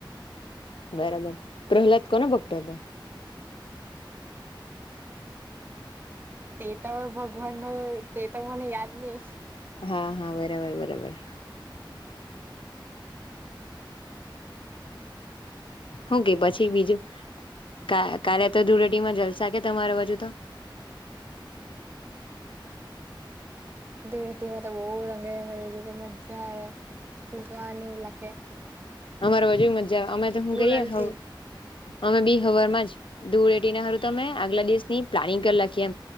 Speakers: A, on the left; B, on the right.
A: બરાબર પ્રહલાદ કોના ભક્તો હતા.
B: તે તો ભગવાન ન તે તો મને યાદ નહી.
A: હા હા બરાબર બરાબર. હું કે પછી બીજું કા કાલે તો ધૂળ ધડેતીમાં જલસા કે તમારા બાજુ તો.
B: ધૂડેતીમાં તો બહું રંગે મને તો મજા આવે ફુગ્ગા ને એવું લાખે.
A: અમારા બાજુ મજજા અમે તો હું
B: ગુલાલ
A: કરીએ હવ
B: થી
A: અમે બી હવારમાં જ ધૂડેટીના હારું તો અમે આગલા દિવસની પ્લાનિંગ કરી લાખીએ એમ